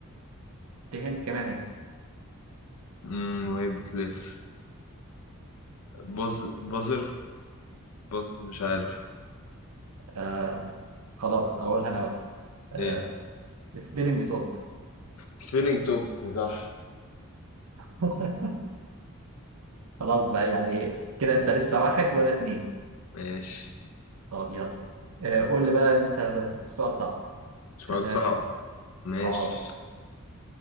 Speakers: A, on the right (about 75°); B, on the left (about 75°).
A: دي هند كمان اهي
B: مم، وهي بتلف بز بزر بز مش عارف
A: آه خلاص اقولها انا بقى آه
B: إيه
A: سبيلنج توب
B: سبيلينج توب صح
A: <laughs> خلاص بقى يعني كده انت لسه واحد وانا اتنين
B: ماشي
A: طب يلا آه قول لي بقى انت سؤال صعب
B: سؤال
A: خلينا
B: صعب
A: نشوف
B: ماشي
A: اه